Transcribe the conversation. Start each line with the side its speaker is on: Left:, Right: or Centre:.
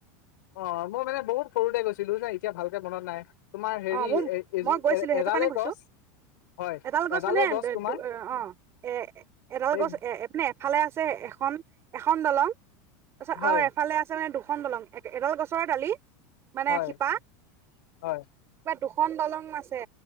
Left: অ। মই মানে বহুত সৰুতে গৈছো। <unintelligible> যে এতিয়া ভালকে মনত নাই। তোমাৰ হেৰি
Right: অ, মোৰ
Left: এ এজো
Right: মই গৈছিলো
Left: এ
Right: সেইটো
Left: এডালে
Right: কাৰণে কৈছোঁ।
Left: গছ হয়,
Right: এডাল গছ
Left: এডালে
Right: মানে
Left: তোমাৰ
Right: দু অ এ এডাল
Left: এই
Right: গছ এ এফালে আছে। <unintelligible> এখন, এখন দলং। তাৰপছত
Left: হয়,
Right: আৰু এফালে আছে মানে দুখ খন দলং। এক এডাল গছৰে দালি। মানে
Left: হয়,
Right: শিপা।
Left: হয়,
Right: দুখন দলং আছে